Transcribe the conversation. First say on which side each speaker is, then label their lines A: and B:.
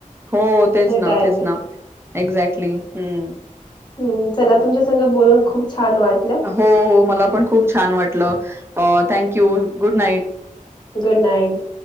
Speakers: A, on the right; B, on the left.
A: हो तेच
B: हे
A: ना
B: टायमिंग
A: तेच ना एक्झॅक्टली हम्म.
B: हम्म. चला तुमच्या संग बोलून खूप छान वाटलं
A: हो हो मला पण खूप छान वाटलं. अ thank you good night.
B: Good night.